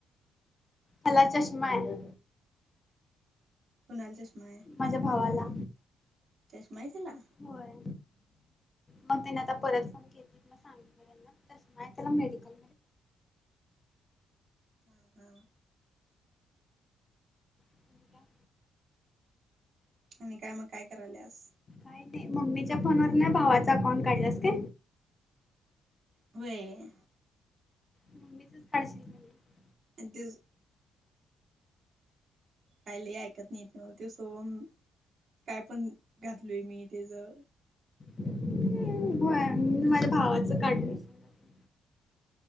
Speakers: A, on the left; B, on the right.
A: हला चष्मा आहे
B: कणाल चषमा आहे
A: माझ्या भावाला
B: चषमहीला
A: होय मग त्याने आता परत फोन घेतली म सांग माहिला मेडिकल
B: हा हा
A: नाही.
B: आणि काय मग काय कराल्यास
A: का ते मम्मीच्या फोनवर नाही भावाचा अकाउंट काढलास का
B: व्हाय
A: मम्मीच काढशील नाही
B: दि काय ल ऐकत नाहीट न्ह ते सोम काय पण घातलोय मी इथे ज
A: ह होय माझ्या भावाचं काढलं त्यांनी